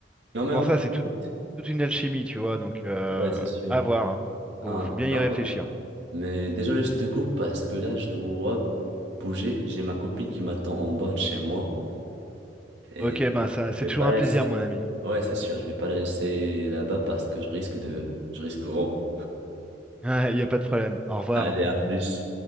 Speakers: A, on the right; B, in the centre.
A: Non,
B: c'est
A: mais
B: pour
A: en vrai,
B: ça, c'est tout-
A: écoute,
B: toute une alchimie, tu vois, donc euh,
A: ouais, c'est sûr.
B: à voir, hein. Faut,
A: Ah,
B: faut bien
A: non,
B: y réfléchir.
A: mais, mais désolé, je te coupe parce que là, je dois bouger. J'ai ma copine qui m'attend en bas de chez moi. Et
B: Ok, ben ça,
A: je
B: c'est
A: vais
B: toujours
A: pas la
B: un plaisir,
A: laisser.
B: mon ami.
A: Ouais, c'est sûr, je vais pas la laisser là-bas parce que je risque de. Je risque gros.
B: <laughs> Il n'y a pas de problème. Au revoir.
A: Allez, à plus.